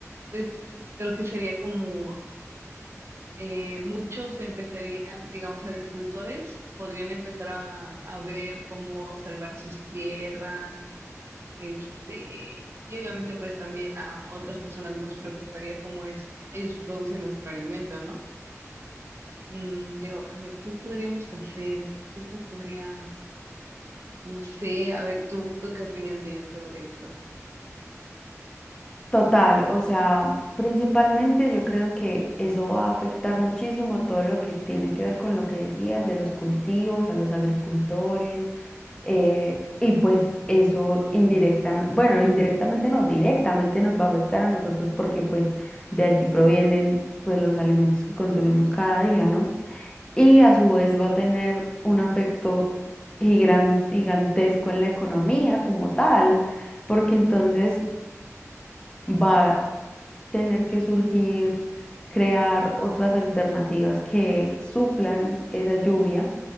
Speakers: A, on the right; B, on the left.
A: Entonces, creo que sería como eh, muchos empezarían, digamos, agricultores, podrían empezar a, a ver cómo salvar sus tierras, este, y obviamente pues también a otras personas nos preocuparía cómo es, ellos producen nuestro alimento, ¿no? Mm, pero a ver, ¿qué podríamos hacer? ¿Qué se podría, no sé, a ver, tú, tú qué opinión tienes sobre esto?
B: Total, o sea, principalmente yo creo que eso va a afectar muchísimo todo lo que tiene que ver con lo que decías de los cultivos, a los agricultores, eh, y pues eso indirectamente, bueno, indirectamente no, directamente nos va a afectar a nosotros porque pues de allí provienen pues los alimentos que consumimos cada día, ¿no? Y a su vez va a tener un afecto gigan- gigantesco en la economía como tal, porque entonces va tener que surgir, crear otras alternativas que suplan esa lluvia.